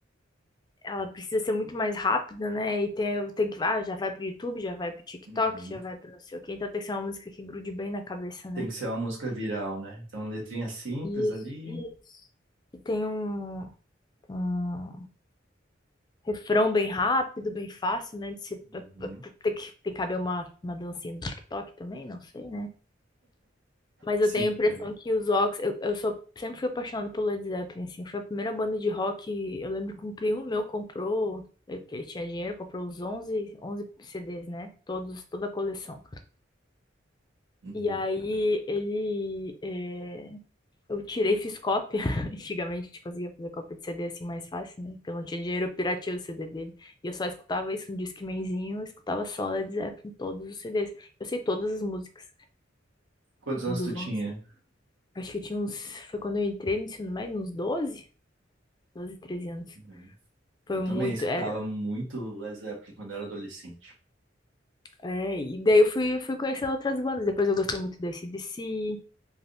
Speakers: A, on the left; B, on the right.
A: ela precisa ser muito mais rápida, né? E tem tem que ah, já vai pro YouTube, já vai pro TikTok,
B: uhum.
A: já vai pro não sei o quê. Então tem que ser uma música que grude bem na cabeça, né?
B: Tem que ser uma música viral, né? Então, uma letrinha simples
A: Isso,
B: ali.
A: isso. E tem um, um refrão bem rápido, bem fácil, né? De ser,
B: Uhum.
A: tem que tem que caber uma uma dancinha do TikTok também, não sei, né? Mas
B: Se...
A: eu tenho a impressão
B: é,
A: que os Ox, eu, eu sou, sempre fui apaixonada pelo Led Zeppelin, assim, foi a primeira banda de rock, eu lembro que um primo meu comprou, ele- porque ele tinha dinheiro, comprou os 11 11 CDs, né, todos, toda a coleção.
B: uhum.
A: E aí ele, é, eu tirei, fiz cópia, <laughs> antigamente a gente conseguia fazer cópia de CD assim mais fácil, né, porque eu não tinha dinheiro, eu pirateei o CD dele, e eu só escutava isso no Discmanzinho, eu escutava só Led Zeppelin, todos os CDs, eu sei todas as músicas
B: Quantos anos
A: dos
B: tu tinha?
A: onze Acho que eu tinha uns. Foi quando eu entrei no ensino médio, uns doze doze 13 anos.
B: Uhum.
A: Foi
B: Eu também
A: muito,
B: escutava
A: era.
B: muito Led Zeppelin quando eu era adolescente.
A: É, e daí eu fui, fui conhecendo outras bandas. Depois eu gostei muito do AC/DC.